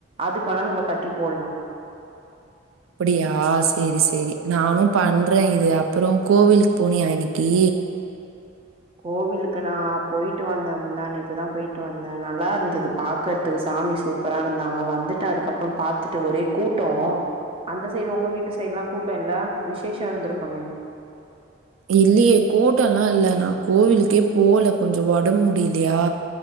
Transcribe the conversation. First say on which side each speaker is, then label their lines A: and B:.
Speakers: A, on the right; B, on the right.
A: அதுக்கு வேணா நம்ம கட்டி போட்லா
B: அப்டியா சேரி சேரி நானு பண்றே இது அப்றோ கோவிலுக்கு போனியா இன்னக்கி
A: கோவிலுக்கு நா போயிட்டு வந்தே முந்தாநேத்து தா போயிட்டு வந்தே நல்லா இருந்தது பாக்கற துக்கு சாமி சூப்பரா இருந்தாங்க வந்துட்ட அதுக்கப்புறோ பாத்துட்டு ஒரே கூட்டோ அந்த சைடு உங்க வீட்டு சைடுலா கூட்டோ இல்ல விசேஷ இருந்திருக்குமே
B: இல்லயே கூட்டல்லா இல்ல நா கோவிலுக்கே போல கொஞ்சோ ஒடம்பு முடிலயா